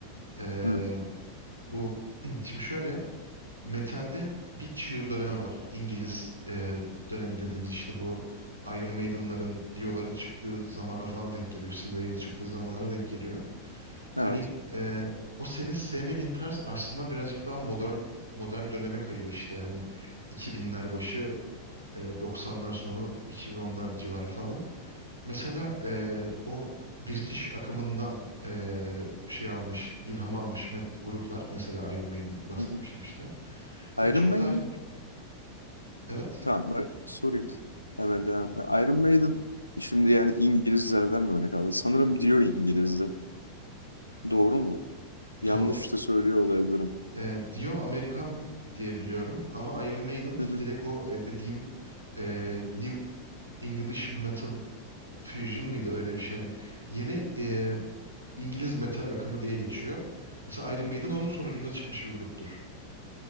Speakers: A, on the right; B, on the left.
A: E,
B: Hı,
A: Bu <clears throat> şimdi şöyle metalde bir çığır dönemi var. İngiliz e, dönemi dediğimiz işte bu Iron Maiden'ların, Dio'ların çıktığı zamana falan denk geliyor. Slayer'in çıktığı zamanlara denk geliyor.
B: evet.
A: Hani e, o senin sevmediğin tarz aslında birazcık daha modern modern döneme kayıyor işte. Hani 2000'ler başı, e, 90'lar sonu, 2010'lar civarı falan. Mesela eee, o British akımından eee, şey almış, ilham almış met gruplar. Mesela Iron Maiden bahsetmiştim
B: Hı hı.
A: işte. Hani
B: Iron
A: çok
B: Maiden?
A: daha evet
B: Tamam bak sorayım. Hemen devam. Iron Maiden şimdi yani İngilizlerden mi örnek aldın? Sanırım diyor İngiliz'de. Doğru mu? Yanlış
A: do,
B: da söylüyor olabilirim.
A: eee, Dio Amerikan diye biliyorum ama Iron Maiden
B: Hı hı.
A: direkt o e, dediğim eee, New English Metal Fusion mıydı öyle bir şey. Hani yeni eee, İngiliz metal akımı diye geçiyor. Mesela Iron Maiden onun sonucunda çıkmış bir gruptur.